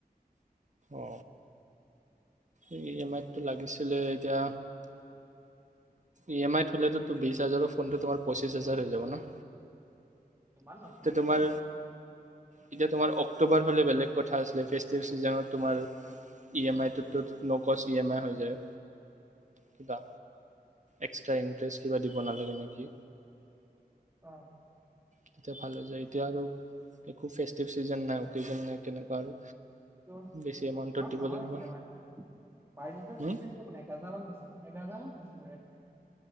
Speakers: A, on the right; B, on the right.
A: অ ই এম আইতটো লাগিছিলে এতিয়া ই এম আইত থলেো বিশ হাজাৰৰ ফোনটো তোমাৰ পঁচিছ হাজাৰ হৈ যাব ন
B: মাল নপাই
A: তে তোমাৰ এতিয়া তোমাৰ অক্টোবৰ হ'লে বেলেগ কথা আছিলে ফেষ্টিভ ছিজনত তোমাৰ ই এম আইটোতো নকচ ই এম আই হৈ যায় কিবা এক্সট্ৰাৰা ইণ্টাৰেষ্ট কিবা দিব নালাগে নেকি
B: অ
A: তেতিয়া ভাল হৈ যায় এতিয়া আৰু একো ফেষ্টিভ চিজন নাইকেজন নাই কেনেকুৱা আৰু
B: ত
A: বেছি এমাউণ্টত
B: ইমান
A: দিব
B: নহয়
A: লাগিব
B: ই এ মাই বাইছ
A: হম
B: হাজাৰ মান দিছিলো এঘাৰ হাজাৰ মান দিছিল